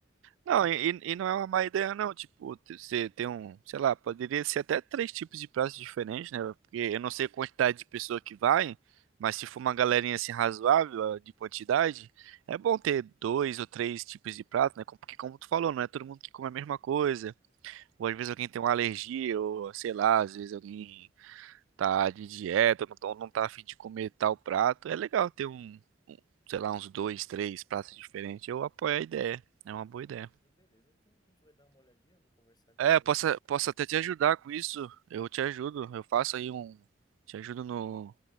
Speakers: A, on the right (about 75°); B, on the left (about 20°).
A: Não, e, e não é uma má ideia, não. Tipo, te- você tem um, sei lá, poderia ser até três tipos de pratos diferentes, né? Porque eu não sei a quantidade de pessoa que vai, mas se for uma galerinha assim razoável ah, de quantidade, é bom ter dois ou três tipos de prato, né? Com- Porque, como tu falou, não é todo mundo que come a mesma coisa. Ou às vezes alguém tem uma alergia, ou sei lá, às vezes alguém tá de dieta, não, tá- não tá a fim de comer tal prato. É legal ter um, um, sei lá, uns dois, três pratos diferentes. Eu apoio a ideia. É
B: Beleza,
A: uma boa ideia.
B: beleza. Então a gente vai dar uma olhadinha, eu vou conversar com.
A: É, eu posso, posso até te ajudar com isso. Eu te ajudo. Eu faço aí um. Te ajudo no,